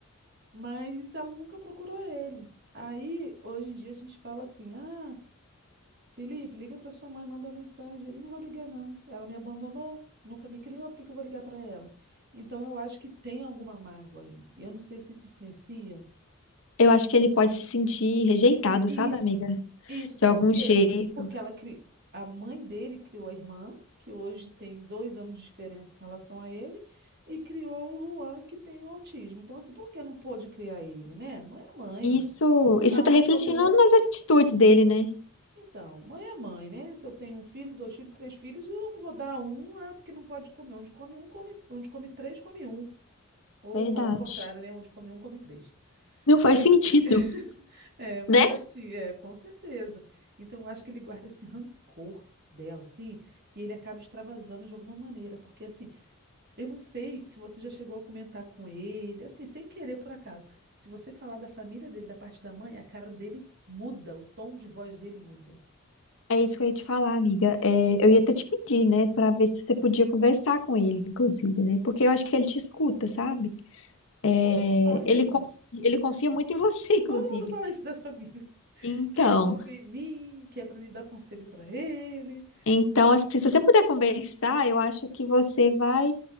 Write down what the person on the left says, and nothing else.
eu acho que ele pode se sentir rejeitado,
sabe, amiga?
De
algum
jeito.
Isso, isso
tá refletindo
nas atitudes dele, né?
Verdade.
Não faz
sentido.
Né?
É isso que eu ia te falar, amiga. É, eu ia até te pedir, né, pra ver se você podia conversar com ele, inclusive, né? Porque eu acho que ele te escuta, sabe? É,
ele,
con- ele confia muito em você, <laughs> inclusive.
Então,
então assim, se você puder conversar, eu acho que você vai,